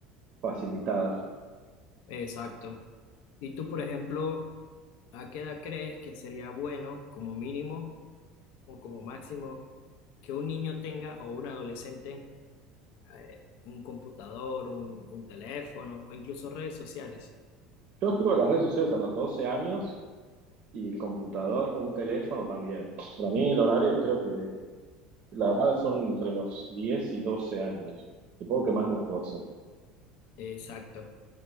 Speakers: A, on the right; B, on the left.
A: facilitada.
B: Exacto. ¿Y tú, por ejemplo, a qué edad crees que sería bueno, como mínimo o como máximo, que un niño tenga o un adolescente eh, un computador, un, un teléfono o incluso redes sociales?
A: Yo escribo en las redes sociales a los 12 años y el computador o un teléfono también. Para mí el horario creo que la verdad son entre los 10 y 12 años. Supongo que más los 12.
B: Exacto.